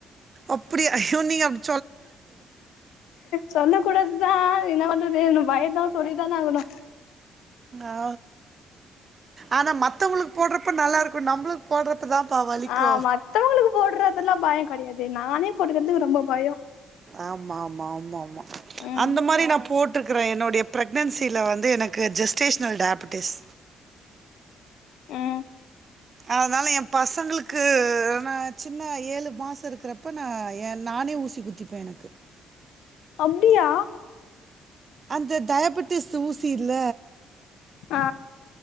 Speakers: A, on the right; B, on the left.
A: அப்டியா ஐயோ நீங்க அப்
B: சொல்ல கூடாது தா என பண்றது பய தா சொல்லி தான ஆகணு
A: ஆ ஆனா மத்தவங்களுக்கு போடுறப் ப நல்லா இருக்கு நம்பளுக்கு போடுறப்பதாப்பா வலிக்கு
B: ஆ மத்தவங்களுக்கு போடுறதெல்லா பயோ கடையாது நானே போடுக்கறதுக்கு ரொம்ப பயோ
A: ஆமா ஆமா ஆமா ஆமா
B: ம்
A: அந்த மாரி நா போட் த்துருக்கிற என்னுடைய ப்ரெக்னன்சில வந்து எனக்கு ஜெஸ்டேஷ்னல் டயாபட்டிஸ்
B: ம்
A: அதனால எ பசங்களுக்கு நா சின்ன ஏழு மாச இருக்கறப்ப நா எ நானே ஊசி குத்திப் பே எனக்கு
B: அப்டியா
A: அந்த டயாபட்டிஸ் ஊசி இல்ல
B: ஆ